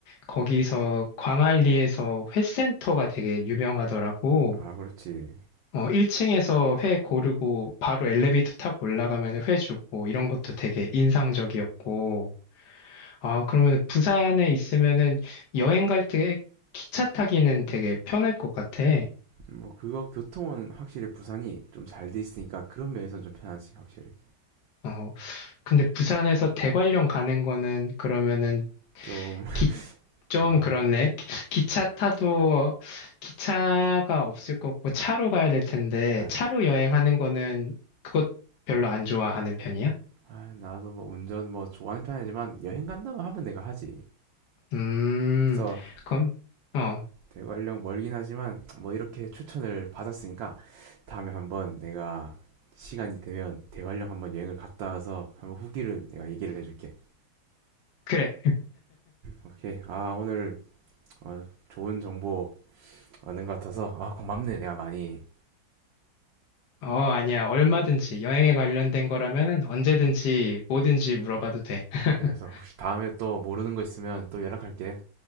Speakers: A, on the left (about 70°); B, on the right (about 70°).
A: 거기서 광안리에서 회센터가 되게 유명하더라고.
B: 아 그렇지.
A: 어, 1층에서 회 고르고 바로 엘리베이터 타고 올라가면 회 주고 이런 것도 되게 인상적이었고, 아, 그러면 부산에 있으면은 여행 갈 때 기차 타기는 되게 편할 것 같아.
B: 뭐 그거 교통은 확실히 부산이 좀 잘 돼 있으니까 그런 면에서는 좀 편하지 확실히.
A: 어, 근데 부산에서 대관령 가는 거는 그러면은
B: 좀
A: 기, 좀
B: <laughs> 어,
A: 그렇네. 기- 기차 타도 기차가 없을 거고 차로 가야 될 텐데
B: 아,
A: 차로 여행하는 거는 그것 별로 안 좋아하는 편이야?
B: 아, 나도 뭐 운전 뭐 좋아하는 편이지만 여행 간다고 하면 내가 하지.
A: 음,
B: 그래서
A: 그럼, 어,
B: 대관령 멀긴 하지만 뭐 이렇게 추천을 받았으니까 다음에 한번 내가 시간이 되면 대관령 한번 여행을 갔다 와서 한번 후기를 내가 얘기를 해줄게.
A: 그래.
B: 오케이. 아 오늘 어, 좋은 정보 얻은 것 같아서 아 고맙네 내가 많이.
A: 어, 아니야. 얼마든지 여행에 관련된 거라면 언제든지 뭐든지 물어봐도 돼. <laughs>
B: 그래서 혹시 다음에 또 모르는 거 있으면 또 연락할게.